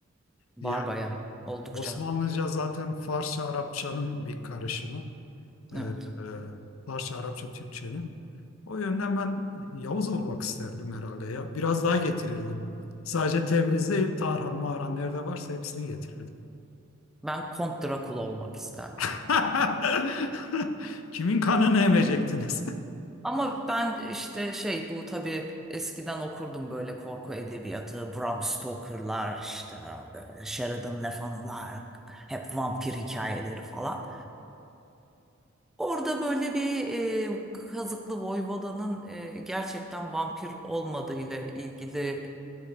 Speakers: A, in the centre; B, on the left (about 90°).
A: Var
B: Yani
A: bayağı, oldukça.
B: Osmanlıca zaten Farsça Arapçanın bir karışımı. Ee,
A: Evet.
B: e, Farsça Arapça Türkçenin. O yönden ben Yavuz olmak isterdim herhalde ya. Biraz daha getirirdim. Sadece Tebriz değil, Tarhan, Mahran nerede varsa hepsini getirirdim.
A: Ben Kont Drakula olmak isterdim.
B: <laughs> Kimin kanını emecektiniz?
A: Ama ben işte şey bu tabii eskiden okurdum böyle korku edebiyatı. Bram Stoker'lar işte böyle Sheridan Le Fanu'lar hep vampir hikayeleri falan. Orada böyle bir e, Kazıklı Voyvoda'nın e, gerçekten vampir olmadığıyla ilgili